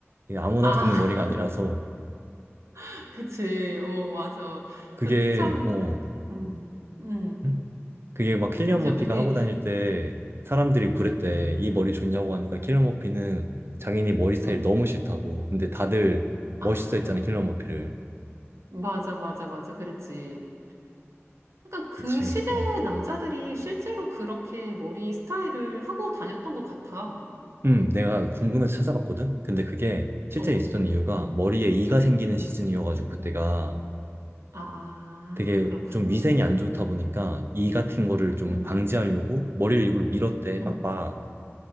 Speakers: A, on the right; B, on the right.
A: 이게 아무나
B: 아,
A: 할 수 있는 머리가 아니라서
B: <laughs> 그치. 어, 맞아.
A: 그게
B: 그 참,
A: 어
B: 음, 음.
A: 응 그게 막 킬리안
B: 저기,
A: 머피가 하고 다닐 때 사람들이 그랬대.
B: 음,
A: 이 머리 좋냐고 하니까 킬리안 머피는 자기네 머리 스타일
B: 음.
A: 너무 싫다고. 근데 다들
B: 아,
A: 멋있어 했잖아, 킬리안 머피를.
B: 맞아, 맞아, 맞아. 그랬지. 그러니까 그
A: 그치,
B: 시대의
A: 어.
B: 남자들이 실제로 그렇게 머리 스타일을 하고 다녔던 것 같아.
A: 음, 내가 궁금해서 찾아봤거든? 근데 그게 실제
B: 어.
A: 있었던 이유가
B: 음.
A: 머리에 이가 생기는 시즌이어가지고
B: 음.
A: 그때가
B: 아,
A: 되게
B: 그렇구나.
A: 좀 위생이 안 좋다 보니까 이 같은 거를 좀
B: 응,
A: 방지하려고 머리를 일부러 밀었대,
B: 응.
A: 빡빡.